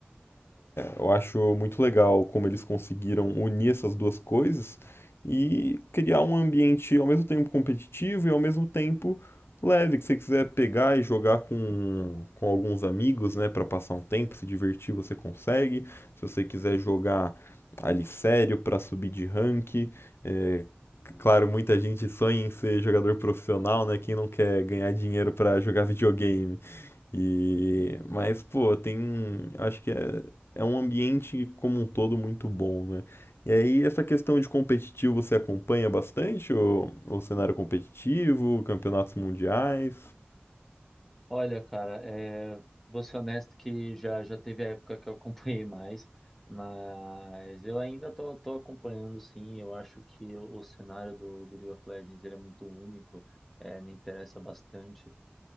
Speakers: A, on the left (about 80°); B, in the centre.
A: eu acho muito legal como eles conseguiram unir essas duas coisas e criar um ambiente ao mesmo tempo competitivo e ao mesmo tempo leve, que você quiser pegar e jogar com, com alguns amigos, né, para passar um tempo, se divertir, você consegue. Se você quiser jogar ali sério para subir de rank, é, claro, muita gente sonha em ser jogador profissional, né? Quem não quer ganhar dinheiro para jogar videogame? E mas pô, tem, acho que é é um ambiente como um todo muito bom, né? E aí, essa questão de competitivo, você acompanha bastante o, o cenário competitivo, campeonatos mundiais?
B: Olha, cara, é, vou ser honesto que já, já teve a época que eu acompanhei mais, mas eu ainda tô, tô acompanhando sim. Eu acho que o, o cenário do, do League of Legends ele é muito único, é, me interessa bastante.